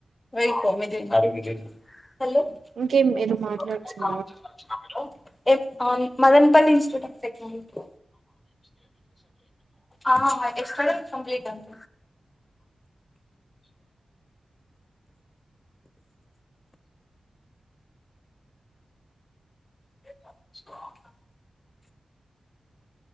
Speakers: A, on the left; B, on the right.
A: యి కమిీదిిన క <unintelligible>
B: ఇంకేం మీరు మాట్లాడుతున్నారా
A: హలో మదన్పల్లి ఇన్స్టిట్యూట్ ఆఫ్ టె కంప్లీట్ అంత అ